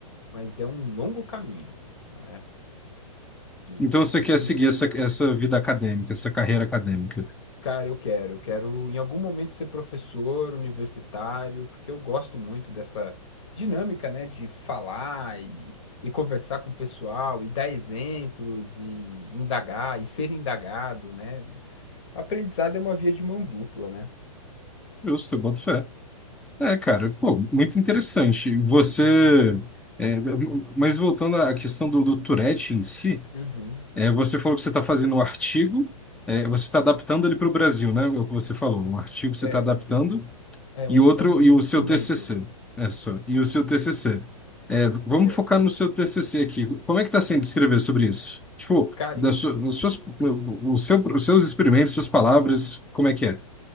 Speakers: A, on the left; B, in the centre.
A: Mas é um longo caminho, né? E
B: Então você
A: que
B: quer
A: eu preciso
B: seguir essa, essa vida acadêmica, essa carreira acadêmica.
A: Cara, eu quero. Eu quero em algum momento ser professor universitário, porque eu gosto muito dessa dinâmica, né, de falar e, e conversar com o pessoal e dar exemplos e indagar e ser indagado, né? Aprendizado é uma via de mão dupla, né?
B: Justo, eu boto fé. É, cara, pô, muito interessante. Você. é, mas voltando à questão do, do Tourette em si,
A: Uhum.
B: é, você falou que você está fazendo um artigo, é, você está adaptando ele para o Brasil, né? É o que você falou. Um artigo você
A: É,
B: está adaptando
A: o- é
B: E
A: um,
B: outro,
A: é um
B: e o
A: instrumento.
B: seu TCC. É só. E o seu TCC. É, v- vamos
A: É.
B: focar no seu TCC aqui. Como é que está sendo escrever sobre isso? Tipo,
A: Cara,
B: das su- as suas, o seu, os seus experimentos, suas palavras, como é que é?